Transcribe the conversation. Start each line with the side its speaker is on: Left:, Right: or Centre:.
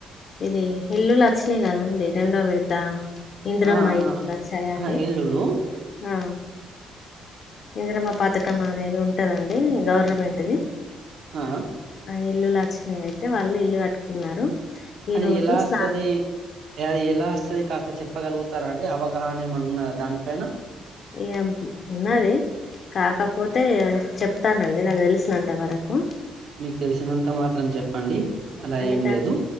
Left: ఇది ఇల్లులు వచ్చినయి కదండి రెండో విడుత్ త ఇంద్రమ్మ
Right: ఆ
Left: ఇల్లులు
Right: ఆ
Left: వచ్చాయండి
Right: ఆ, ఇల్లులు
Left: ఆ ఇంద్రమ్మ పతకం అనేది ఉంటదండి గవర్నమెంట్దిి
Right: ఆ
Left: ఆ ఇల్లులు వచ్చినాయి అయితే వాళ్ళు ఇల్లు కట్టుకున్నారు ఈ
Right: అది
Left: రోజు
Right: ఎలా వస్సది
Left: స్లా
Right: అది ఎలా వస్తుంది కాస్త చెప్పగలుగుతారా అండి అవగాహన ఏమన్న ఉన్నద దానిపైన
Left: ఏం ఉన్నది కాక ప్ పోతే చెప్తానండి నాకు తెలిసినంత వరకు
Right: మీకు తెలిసినంత మాత్రం చెప్పండి అలా
Left: ఎందుకన్
Right: ఏం లేదు